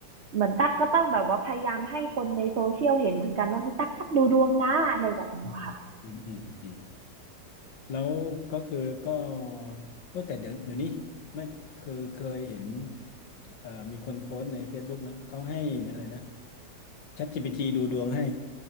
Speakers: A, on the right (about 45°); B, on the left (about 80°).
A: เหมือนตั๊กก็ต้องแบบว่าพยายามให้คนในโซเชียลเห็นเหมือนกันว่าเฮ้ยตั๊กตั๊กดูดวงนะอะไรแบบเนี้ยค่ะ
B: มอืมอืมอืม แล้วก็คือก็เมื่อแต่เดี๋ยวเดี๋ยวนี้ไม่คือเคยเห็นเอ่อมีคนโพสต์ใน Facebook เนาะเขาให้อะไรนะ ChatGPT ดูดวงให้